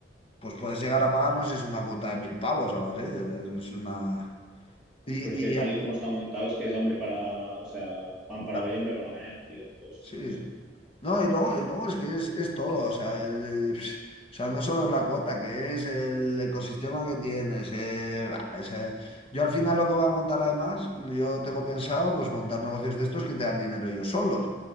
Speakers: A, on the left (about 30°); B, in the centre.
A: pues puedes llegar a pagarnos es una cuota de mil pavos o algo así. Es una... Y,
B: Pero es que tal
A: y,
B: y como está montado, es que es hambre para, o sea, pan para
A: ah,
B: hoy, hambre para mañana, tío. Pero es
A: Sí.
B: que, no sé.
A: No, y luego, y luego es que es, es todo, o sea, el- pf, o sea, no solo es la cuota, que es el ecosistema que tienes. eh, bah, o sea, yo al final lo que voy a montar además, yo tengo pensado pues montar negocios de estos que te dan dinero ellos solos.